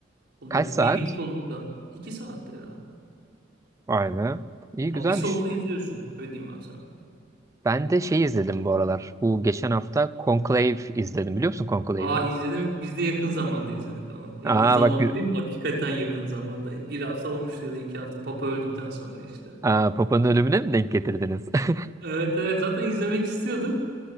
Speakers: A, on the right; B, on the right.
A: Oluyor.
B: Kaç saat?
A: Bir, bir solukta. İki saatte herhalde.
B: Vay be. İyi
A: Abi
B: güzelmiş.
A: bir solukta izliyorsun. Öyle diyeyim ben sana.
B: Ben de şey izledim bu aralar. Bu geçen hafta Conclave izledim. Biliyor musun Conclave'i?
A: Aa izledim. Biz de yakın zamanda izledik onu. Yakın
B: Aa
A: zaman
B: bak
A: dediğim hakikaten yakın zamanda. Bir hafta olmuştu ya da iki hafta. Papa öldükten sonra işte.
B: Aa, Papa'nın ölümüne mi denk getirdiniz? <laughs>
A: Evet evet zaten izlemek istiyorduk.